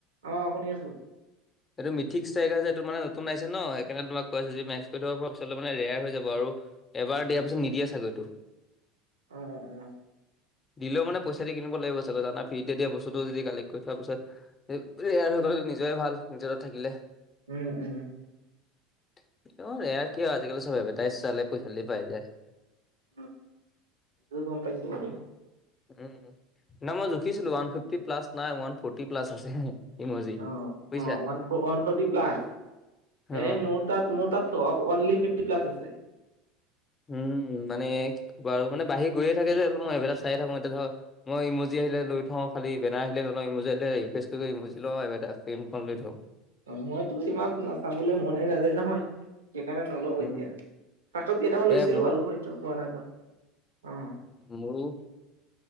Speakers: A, on the right; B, on the left.
A: অ শুনি আছো।
B: <inaudible> এইটো মিথিক ষ্ট্ৰাইক আছে এইটো মানে নতুন আছে ন সেই কাৰণে তোমাক কৈ আছো যে মেক্স কৰি থব পৰা পিছত মানে ৰেয়াৰ হৈ যাব আৰু এবাৰ দিয়াৰ পিছত নিদিয়ে চাগে এইটো।
A: উম উম।
B: দিলেও মানে পইচা দি কিনিব লাগিব চাগৈ জানা ফিট তেতিয়া বস্তুটো যদি কালেক্ট কৰি থোৱাৰ পিছত ৰেয়াৰ হৈ গ'ল নিজে ভাল নিজৰ তাত থাকিলে।
A: উম উম।
B: অ ৰেয়াৰ কিয় আজিকালি চব এভাৰটাইজ চালে পইচা দিলে পাই যায়।
A: উম এইটো গম পাইছো বাৰু।
B: উ নাই মই জুখিছিলো। ওৱান ফিফটি প্লাছ নাই ওৱান ফৰ্টি প্লাছ আছে। ইমজি
A: অ অ
B: বুজিছা
A: ওৱান ওৱান ফৰ্টি প্লাছ।
B: অ
A: এই মোৰ তাত মোৰ তাত অফ অনলি ফিফটি প্লাছ আছে।
B: উম মানে কি আৰু। মানে বাহি গৈয়ে থাকে যে মই এডভাদেছ চাইয়ে থাকো এতিয়া ধৰ মই ইমজি আহিলে লৈ থওঁ খালি ইভেদা আহিলে লৈ লওঁ ইমজি আহিলে ৰিফ্ৰেচ কৰি ইমজি ল এবমখন লৈ থওঁ।
A: অ মইতো ইমান চাবলৈ মনেই নাযায় নহয়। সেইকাৰণে নলোও
B: উম
A: এতিয়া। ফাৰ্ষ্টত কেইটামান লৈছিলো
B: এ মোৰ
A: বাৰু সেইটো পোৱা নাই বাৰু।
B: মোৰো